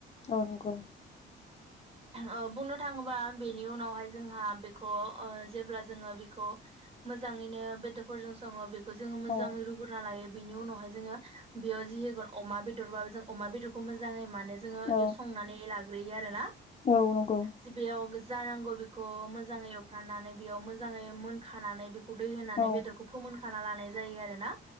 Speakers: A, on the left (about 35°); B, on the right (about 30°).
A: औ नंगौ।
B: ओ बुंनो थाङोबा बेनि उनावहाय जोंहा बेखौ ओ जेब्ला जोङो बेखौ मोजाङैनो बेदरफोरजों सङो बे खौ जोङो मोजाङै
A: औ
B: रुग्रोना लायो बिनि उनावहाय जोङो बियो जि होगोन अमा बे दर बाबो जों अमा बेदरखौ मोजाङै मानो जोङो
A: औ
B: बे संनानै ला ग्रैयो आरो ना।
A: औ नंगौ
B: जे बेयाव जानांगौ बेखौ मोजाङै एवफ्रानानै बेयाव मोजाङै मोनखानानै बेखौ उदै होनानै
A: औ
B: बेदरखौ होखाना लानाय जायो आरो ना।